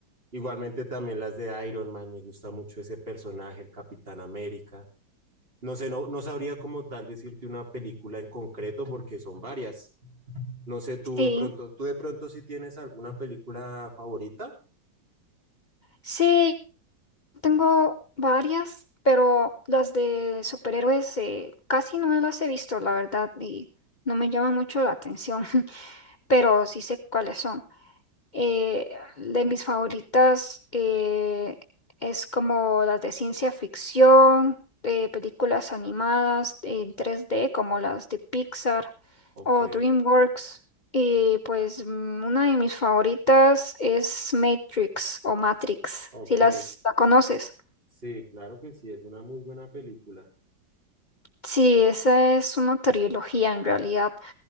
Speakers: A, on the right (about 30°); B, on the left (about 50°).
A: Igualmente también las de Iron Man, me gusta mucho ese personaje, el Capitán América. No sé, no, no sabría como tal decirte una película en concreto porque son varias. No sé, tú
B: Sí,
A: de pronto, tú de pronto si tienes alguna película favorita.
B: sí, tengo varias, pero las de superhéroes eh, casi no las he visto, la verdad, y no me llaman mucho la atención, <laughs> pero sí sé cuáles son. Eh, de mis favoritas eh, es como las de ciencia ficción, eh, películas animadas en tres d como las de Pixar
A: Ok,
B: o DreamWorks. Y pues mm, una de mis favoritas es Matrix o Matrix,
A: ok.
B: si las la conoces.
A: Sí, claro que sí, es una muy buena película.
B: Sí, esa es una trilogía en realidad.